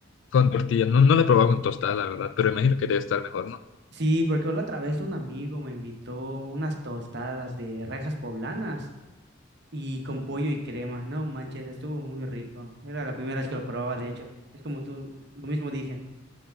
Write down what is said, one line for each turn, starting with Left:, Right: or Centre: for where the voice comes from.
Left: Con tortilla. No, no la he probado con tostada, la verdad, pero imagino que debe estar mejor, ¿no?
Right: Sí, porque la otra vez un amigo me invitó unas tostadas de rejas poblanas y con pollo y crema. No manches, estuvo muy rico. Era la primera vez que lo probaba, de hecho. Es como tú, lo mismo dije.